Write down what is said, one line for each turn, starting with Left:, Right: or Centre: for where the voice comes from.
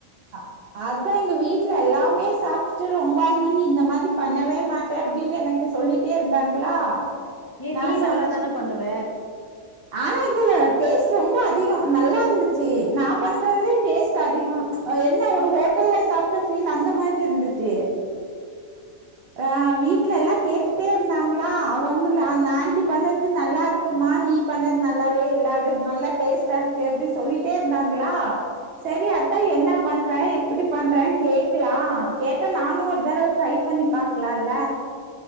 Right: அ அதா எங்க வீட்ல எல்லாமே சாப்டுட்டு ரொம்ப பிளான் பண்ணி இந்த மாரி பண்ணவே மாட்ட அப்டின்னு எனக்கு சொல்லிட்டே இருந்தாங்களா
Left: ஏ
Right: நான்
Left: நீ
Right: சொன்னேன்.
Left: நல்லாதான பண்ணுவ
Right: ஆனா இதுல டேஸ்ட் ரொம்ப அதிக நல்லா இருந்துச்சு நா பண்றதுலயு டேஸ்ட் அதிக என்ன ஒரு ஹோட்டல்ல சாப்ட்ட ஃபீல் அந்த மாரி இருந்துச்சு அஹ் வீட்ல எல்லா கேட்டுட்டே இருந்தாங்களா அவங்கள அந்த ஆண்டி பண்ணது நல்லாருக்குமா நீ பண்ணது நல்லாவே இல்ல அது நல்லா டேஸ்ட்டா இருக்கு அப்டின்னு சொல்லிட்டே இருந்தாங்களா செரி அத்தா என்ன பண்ற எப்டி பண்றே கேக்கலா கேட்டா நானு ஒரு தடவ ட்ரை பண்ணி பாக்கலால்ல